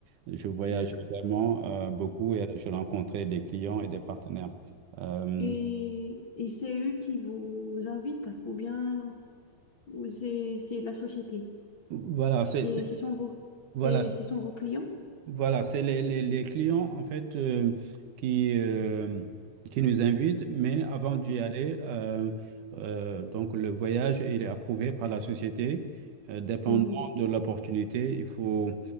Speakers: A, on the right; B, on the left.
A: Je voyageais
B: D'accord.
A: vraiment euh, beaucoup et je rencontrais des clients et des partenaires. Euh,
B: Et, et c'est eux qui vous invitent ou bien ou c'est c'est la société,
A: voilà, c'est,
B: c'est
A: c'est-
B: ce sont vos c'est
A: voilà, c'est-
B: ce sont vos clients.
A: voilà, c'est les, les, les clients en fait euh, qui, euh, qui nous invitent, mais avant d'y aller, euh, euh, donc le voyage, il est approuvé par la société. Euh, dépendant
B: Mhm,
A: de l'opportunité, il faut